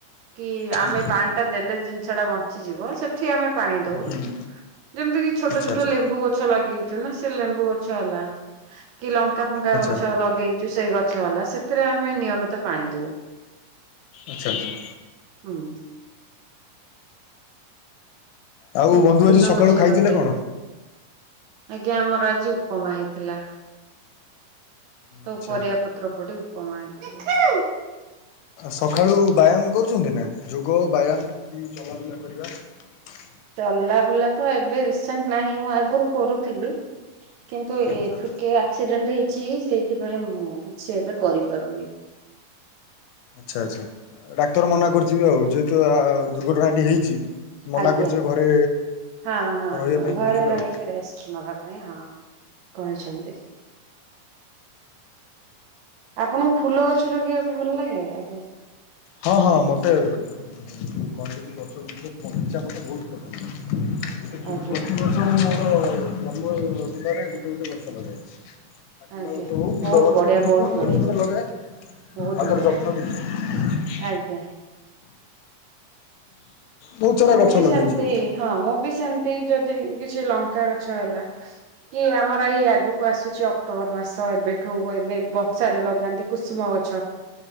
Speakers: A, on the right (about 75°); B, on the left (about 85°).
A: କି
B: ହୁଁ
A: ଆମେ ପାଣି ଟା ଦେଲେ ଜିନିଷ ଟା ବଞ୍ଚିଯିବ ସେ ଏଠି ଆମେ ପାଣି ଦଉ
B: ହୁଁ
A: ଯେମିତି କିି ଛୋଟ
B: ଆଚ୍ଛା
A: ଛୋଟ
B: ଆଚ୍ଛା
A: ଲେମ୍ବୁ ଗଛ ଲଗଇଛୁ ନା। ସେ ଲେମ୍ବୁ ଗଛ ହେଲା କି ଲଙ୍କା ଫଙ୍କା
B: ଆଚ୍ଛା
A: ଗଛ ଲଗେଇକି ସେ ଗଛ ହେଲା ସେଥିରେ ଆମେ ନିୟମିତ ପାଣି ଦୋଉ।
B: ଆଚ୍ଛା ଆଚ୍ଛା।
A: ହୁଁ।
B: ଆଉ
A: କିଇଛି
B: ବନ୍ଧୁ
A: ଫୁଲ
B: ଆଜି ସକାଳୁ
A: ଗଛ
B: ଖାଇଥିଲେ
A: ଲଗେଇଲି
B: କଣ?
A: ଆଜ୍ଞା ଆମର ଆଜି ଉପମା ହେଇଥିଲା। ସବୁ
B: ଆଚ୍ଛା
A: ପରିଆ ପତ୍ର ପଡି ଉପମା ହେଇଥିଲା।
B: ସକାଳୁ ବ୍ୟାୟାମ କରୁଛନ୍ତି ନା ଯୋଗ ବ୍ୟାୟାମ କି ଚଲାବୁଲା କରିବା? ହଁ <unintelligible>
A: ଚଲା ବୁଲା ତ ଏବେ ରିସେଣ୍ଟ ନାହିଁ ମୁଁ ଆଗରୁ କରୁଥିଲି। କିନ୍ତୁ
B: ଆଚ୍ଛା
A: ଏ ଟିକେ ଆକ୍ସିଡେଣ୍ଟ ହେଇ ଛି ସେଇଥିପାଇଁ ମୁଁ କିଛି ଏବେ କରିପାରୁନି।
B: ଆଚ୍ଛା ଆଚ୍ଛା ଡାକ୍ତର
A: ଆଜ୍ଞା
B: ମନା କରିଥିବେ ଆଉ ଯେହେତୁ ଆ ଦୁର୍ଘଟଣାଟି ହେଇଛି ମନା
A: ଆଜ୍ଞା
B: କରିଥିବେ ଘରେ
A: ହଁ ହଁ
B: ରହିବା
A: ହଁ
B: ପାଇଁ
A: ଘରେ
B: କହିଥିବେ
A: ରହିକି
B: ଆଉ।
A: ରେଷ୍ଟ ନବା ପାଇଁ ହଁ। କହିଛନ୍ତି। ଆପଣଙ୍କୁ ଫୁଲ ଗଛ ଲଗେଇବାକୁ ଭଲ ଲାଗେ ଆଜ୍ଞା।
B: ହଁ ହଁ ମତେ କହନ୍ତିନି ଗଛ ଭିତରେ <unintelligible> ମତେ ବହୁତ୍ ପସନ୍ଦ। ଗୋଟେ ପ୍ରତିିବର୍ଷ
A: ଆଜ୍ଞା
B: ମୋର ଜନ୍ମ ଜିଲ୍ଲାରେ ଗୋଟେ ଗୋଟେ ଗଛ ଲଗାହେଇଛି। ଚାକୁଣ୍ଡା
A: ଆଜ୍ଞା
B: ଗଛ ହଉ
A: ବହୁତ
B: ଫୁଲ ଗଛ
A: ବଢିଆ
B: ହଉ ଯେ
A: ବହୁତ
B: କୌଣସି
A: ବଢିଆ
B: ଗଛ ଗୋଟେ ଲଗା।
A: ବହୁତ
B: ଆଉ
A: ବଢିଆ
B: ତାର ଯତ୍ନ ନେଉଛି।
A: ଆଜ୍ଞା।
B: ବହୁତ ସାରା
A: ମୁଁ
B: ଗଛ
A: ବି
B: ଲଗେଇଛି
A: ସେମତି
B: ଆଉ।
A: ହଁ ମୁଁ ବି ସେମ ଯଦି କିଛି ଲଙ୍କା ଗଛ ହେଲା କି ଆମର ଏଇ ଆଗକୁ ଆସୁଛି ଅକ୍ଟୋବର ମାସ ଏବେଠୁ ଏବେ ବର୍ସାରେ ଲଗାନ୍ତି କୁସୁମ ଗଛ।